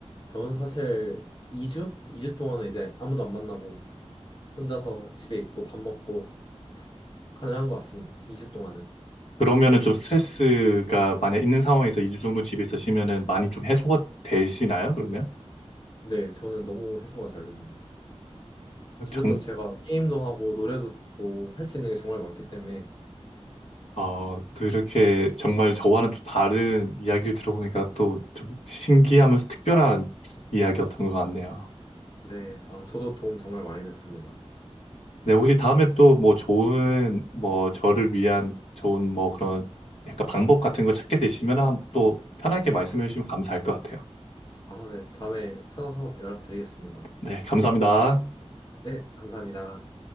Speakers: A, on the left (about 45°); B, on the left (about 75°).
A: 저는 사실 2주? 2주 동안은 이제 아무도 안 만나고 혼자서 집에 있고 밥 먹고 가능한 것 같습니다. 2주 동안은.
B: 그러면은 좀 스트레스가 만약 있는 상황에서 2주 정도 집에 있으시면은 많이 좀 해소가 되시나요? 그러면?
A: 네, 저는 너무 해소가 잘 됩니다.
B: 어,
A: 집에서
B: 정,
A: 제가 게임도 하고 노래도 듣고 할 수 있는 게 정말 많기 때문에
B: 어, 또 이렇게
A: 좋습니다.
B: 정말 저와는 또 다른 이야기를 들어보니까 또 좀 신기하면서 특별한 이야기였던 것 같네요.
A: 네, 아, 저도 도움 정말 많이 됐습니다.
B: 네, 혹시 다음에 또 뭐 좋은, 뭐 저를 위한 좋은 뭐 그런 약간 방법 같은 거 찾게 되시면 또 편하게 말씀해 주시면 감사할 것 같아요.
A: 아, 네, 다음에 찾아서 연락드리겠습니다.
B: 네, 감사합니다.
A: 네, 감사합니다.